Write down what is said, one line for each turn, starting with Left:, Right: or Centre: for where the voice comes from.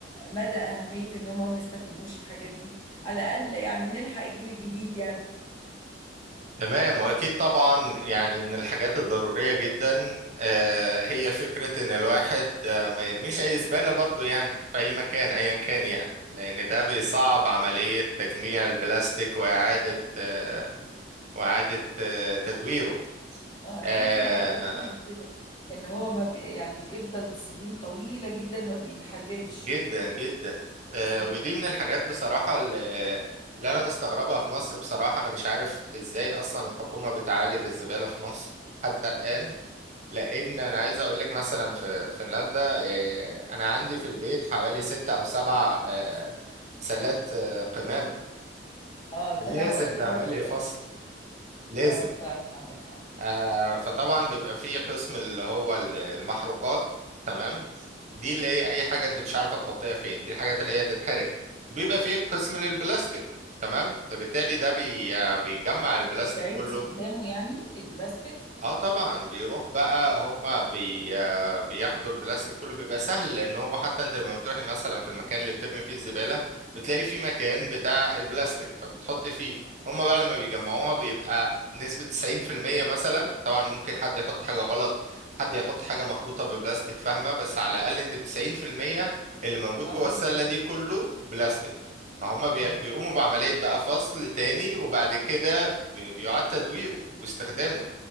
Left: مدى اهميه ان هم ما يستخدموش الحاجات دي على الاقل يعني نلحق الجيل الجديد يعني
Right: تمام واكيد طبعا يعني من الحاجات الضروريه جدا آه، هي فكره ان الواحد آه، ما يرميش اي زباله برضو يعني في اي مكان ايا كان يعني لان ده بيصعب عمليه تجميع البلاستيك واعاده آه، واعاده آه، تدويره
Left: اه انا
Right: آه،
Left: فاكره اه قريت حاجه كده ان هو ما بي يعني بيفضل سنين طويله جدا ما بيتحللش
Right: جدا جدا آه،
Left: مم.
Right: ودي من الحاجات بصراحه اللي اللي انا مستغربها في مصر بصراحه انا مش عارف ازاي اصلا الحكومه بتعالج الزباله في مصر حتى الان لان انا عايز اقول لك مثلا في فنلندا آه، انا عندي في البيت حوالي ستة او سبع آه، سلات آه، قمامة
Left: اه التنوع
Right: لازم
Left: اللي
Right: تعملي
Left: هو ال-
Right: فصل لازم
Left: اه فعلا عندك حق
Right: آه، فطبعا بيبقى فيه قسم اللي هو ال- المحروقات تمام دي اللي هي اي حاجة انت مش عارفة تحطيها فين دي الحاجات اللي هي تتحرق بيبقى فيه قسم للبلاستيك تمام فبالتالي ده بي- آه، بيجمع البلاستيك
Left: بيعيد
Right: كله
Left: استخدامه يعني البلاستيك
Right: اه طبعا بيروح بقى هما بي آه بياخدوا البلاستيك كله بيبقى سهل لان هو حتى انت لما بتروحي مثلا في المكان اللي بترمي فيه الزبالة بتلاقي فيه مكان بتاع البلاستيك فبتحطي فيه هما بقى لما بيجمعوها بيبقى نسبة 90% مثلا طبعا ممكن حد يحط حاجة غلط حد يحط حاجة مخلوطة بالبلاستيك فاهمة بس على الأقل انت ب 90% اللي موجود
Left: اه
Right: جوه
Left: فهمك
Right: السلة دي كله بلاستيك فهم بي-
Left: اه
Right: بيقوموا بعملية بقى فصل تاني وبعد كده بي- بيعاد تدويره واستخدامه